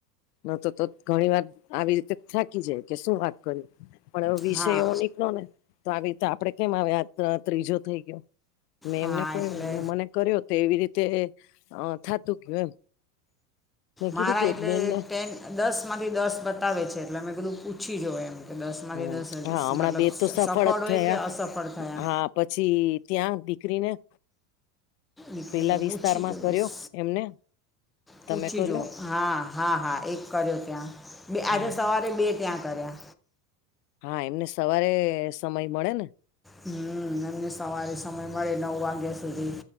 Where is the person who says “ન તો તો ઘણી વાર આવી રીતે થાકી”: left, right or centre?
Left